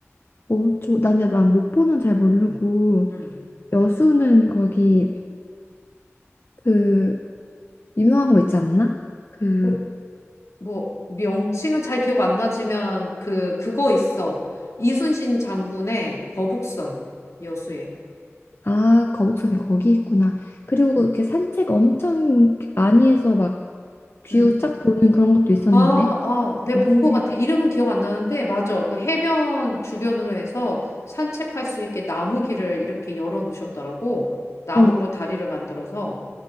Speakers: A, on the left; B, on the left.
A: 어, 저, 난, 근데 난 목포는 잘 모르고
B: 음.
A: 여수는 거기 그 유명한 거 있지 않나? 그
B: 그 뭐, 명칭은 잘 기억 안 나지만 그, 그거 있어. 이순신 장군의 거북선 여수에.
A: 아 거북선이 거기 있구나. 그리고
B: 음,
A: 이렇게 산책 엄청 많이 해서 막 뷰
B: 음.
A: 쫙 보는 그런 것도 있었는데.
B: 아, 아, 내가
A: 그렇요
B: 본 것 같아. 이름은 기억 안 나는데, 맞아. 그 해변 주변으로 해서 산책할 수 있게 나무 길을 이렇게 열어 놓으셨더라고. 나무로
A: 어,
B: 다리를 만들어서.